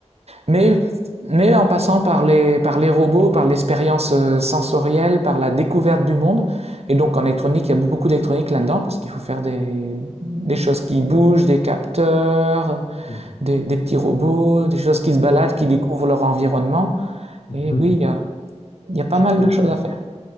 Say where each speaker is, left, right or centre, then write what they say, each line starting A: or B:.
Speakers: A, on the right; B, on the left.
A: Mais, mais en passant par les, par les robots, par l'expérience euh, sensorielle, par la découverte du monde, et donc en électronique, il y a beaucoup d'électronique là-dedans, parce qu'il faut faire des, des choses qui bougent, des capteurs,
B: Mm,
A: des, des petits robots, des choses qui se baladent, qui découvrent leur environnement.
B: mhm,
A: Et oui, il y a, il y a pas mal
B: mhm.
A: de choses à faire.